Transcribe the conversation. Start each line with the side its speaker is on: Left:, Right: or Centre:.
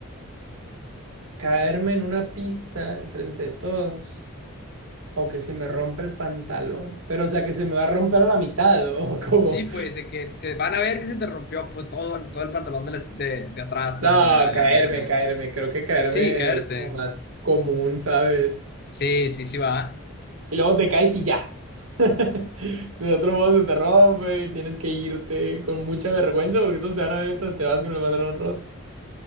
Right: Caerme en una pista enfrente de todos. O que se me rompe el pantalón. Pero, o sea, que se me va a romper a la mitad. <laughs> O como.
Left: Sí, pues de que se van a ver que se te rompió pues, todo, todo el pantalón de, la- de, de atrás,
Right: No,
Left: pues, o de adelante
Right: caerme,
Left: también.
Right: caerme. Creo que caerme
Left: Sí, caerte.
Right: es como más común, ¿sabes?
Left: Sí, sí, sí va.
Right: Y luego te caes y ya. <laughs> De otro modo se te rompe y tienes que irte con mucha vergüenza porque todos te van a ver mientras te vas con el pantalón roto.